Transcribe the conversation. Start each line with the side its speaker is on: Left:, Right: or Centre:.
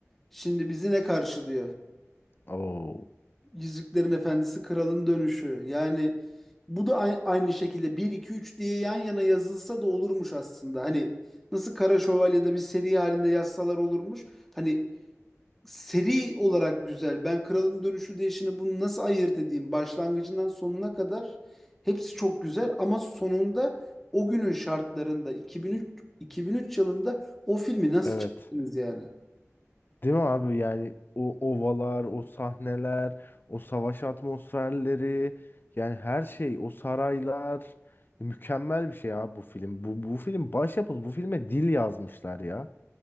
Centre: Şimdi bizi ne karşılıyor?
Left: Oo,
Centre: Yüzüklerin Efendisi, Kralın Dönüşü. Yani bu da ay- aynı şekilde bir 2 3 diye yan yana yazılsa da olurmuş aslında. Hani nasıl Kara Şövalye'de bir seri halinde yazsalar olurmuş. Hani seri olarak güzel. Ben Kralın Dönüşü diye şimdi bunu nasıl ayırt edeyim? Başlangıcından sonuna kadar hepsi çok güzel ama sonunda o günün şartlarında 2003 2003 yılında o filmi nasıl
Left: evet.
Centre: çektiniz yani?
Left: Değil mi abi? Yani o ovalar, o sahneler, o savaş atmosferleri, yani her şey, o saraylar mükemmel bir şey abi bu film. Bu bu film başyapıt. Bu filme dil yazmışlar ya.